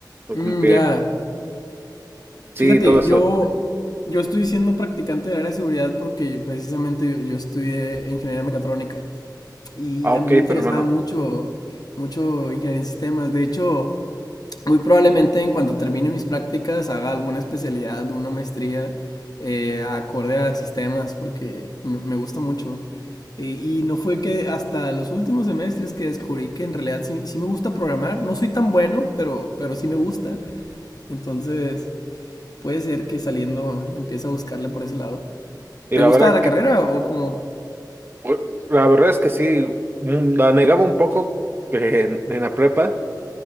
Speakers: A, on the right; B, on the left.
A: O
B: Mm,
A: Como que,
B: ya.
A: sí,
B: Fíjate,
A: todo eso.
B: yo, yo estoy siendo practicante del área de seguridad porque yo, precisamente yo, yo estudié ingeniería mecatrónica y
A: Ah, ok,
B: a mí me interesaba
A: pero hermano.
B: mucho, mucho ingeniería en sistemas. De hecho, muy probablemente en cuanto termine mis prácticas haga alguna especialidad, una maestría eh, acorde a sistemas porque me gusta mucho. Eh, y no fue que hasta los últimos semestres que descubrí que en realidad sí, sí, me gusta programar. No soy tan bueno, pero, pero sí me gusta. Entonces puede ser que saliendo empiece a buscarle por ese lado.
A: Y
B: ¿Te
A: la
B: gusta
A: verdad,
B: la
A: que
B: carrera o cómo
A: Bueno, La verdad es que sí, mm, la negaba un poco eh, en, en la prepa,